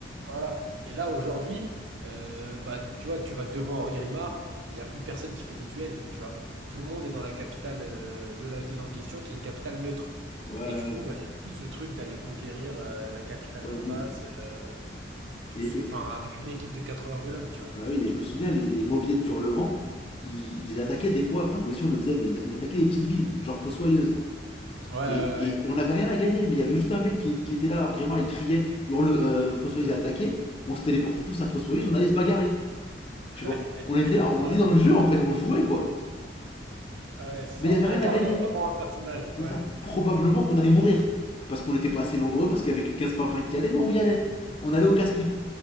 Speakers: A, on the right (about 80°); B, on the left (about 30°).
A: Voilà. Et là, aujourd'hui, euh, bah, tu vois, tu vas devant Henri Grimard, il n'y a plus personne qui fait des duels, tu vois. Tout le monde est dans la capitale euh, de la ville en question, qui est une capitale neutre.
B: Ouais, ouais,
A: Et
B: ouais,
A: du coup, bah, il n'y a plus ce truc d'aller conquérir euh, la capitale
B: Ouais,
A: d'en
B: nul.
A: face, euh, tout
B: Et,
A: ce... enfin,
B: et-
A: avec une équipe de 80 bonhommes, tu vois.
B: Bah oui, et je me souviens, les, les mauviettes du Levant, ils, ils attaquaient des fois, enfin nous aussi on le faisait, mais ils, ils attaquaient des petites villes, genre Fossoyeuse.
A: Ouais, ouais,
B: Et, et- et on n'avait rien à gagner, mais il y avait juste un mec qui, qui était là, hors gréement, il criait, hurle, euh, Fossoyeuse est attaqué, on se téléportait tous à Fossoyeuse, on allait se bagarrer, tu vois.
A: ouais.
B: On était là, on
A: <laughs>
B: était dans le jeu en fait, on jouait quoi.
A: Ouais, ouais, c'est
B: Mais
A: ça.
B: il y avait
A: On
B: rien
A: incarnait
B: à gagner,
A: vraiment un personnage.
B: c'est
A: Ouais,
B: ça. Probablement qu'on allait mourir, parce qu'on n'était pas assez nombreux, parce qu'il y avait que 15 pimpins qui allaient, mais on y allait. On allait au casse-pipe.